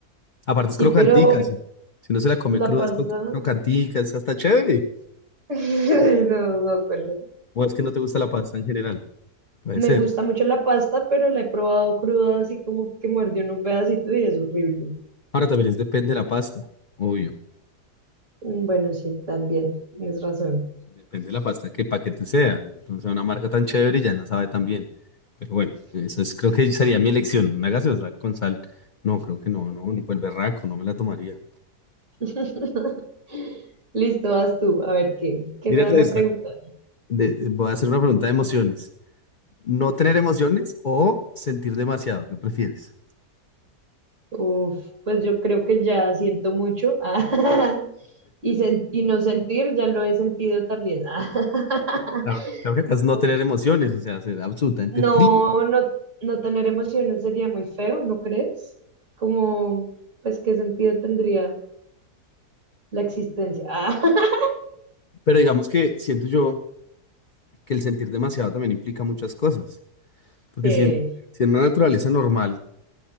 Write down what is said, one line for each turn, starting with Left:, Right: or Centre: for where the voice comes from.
Left: Aparte
Right: Sí,
Left: es crocantica,
Right: pero
Left: si, si uno se la come cruda,
Right: La pasta.
Left: es cro- crocantica, es hasta chévere.
Right: <laughs> Ay, No, guácala.
Left: O es que no te gusta la pasta en general, puede
Right: Me
Left: ser.
Right: gusta mucho la pasta, pero la he probado cruda, así como que muerde uno un pedacito y es horrible.
Left: Ahora también es depende de la pasta, obvio.
Right: Mm, Bueno, sí, también, tienes razón.
Left: Depende de la pasta, qué paquete sea. Entonces, una marca tan chévere ya no sabe tan bien. Pero bueno, eso es, creo que sería mi elección. Una gaseosa con sal. No, creo que no, no, ni por el berraco, no me la tomaría.
Right: <laughs> Listo, vas tú. A ver, ¿qué? ¿Qué
Left: Mírate
Right: me vas a
Left: esta.
Right: preguntar?
Left: De- voy a hacer una pregunta de emociones. ¿No tener emociones o sentir demasiado? ¿Qué prefieres?
Right: Uf, pues yo creo que ya siento mucho. <laughs> Ah, Y, sen- y no sentir, ya lo he sentido también. <laughs>
Left: Claro, claro que acá es
Right: Ah,
Left: no tener emociones, o sea, ser absolutamente
Right: No,
Left: frío.
Right: no, no tener emociones sería muy feo, ¿no crees? Como, pues, ¿qué sentido tendría la existencia? Ah, <laughs>
Left: Pero digamos que siento yo que el sentir demasiado también implica muchas cosas. Porque
Right: sí.
Left: si en, si en una naturaleza normal,